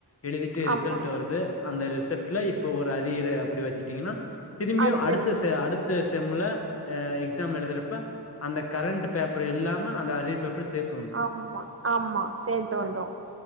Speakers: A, on the left; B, on the right.
A: எழுதிட்டு ரிசல்ட்
B: ஆமா
A: வருது அந்த ரிசல்ட்ல இப்போ ஒரு அரியறு அப்டி வச்சிடடிங்கன்னா திரும்பியு
B: அடுத்தது
A: அடுத்த ச அடு த்த செம்ல எக்ஸாம் எழுதுறப்ப அந்த கரண்ட் பேப்பர் இல்லாம அந்த அரியர் பேப்பர் சேத்து
B: ஆம் ஆமா ஆமா சேந்து வந்தோம்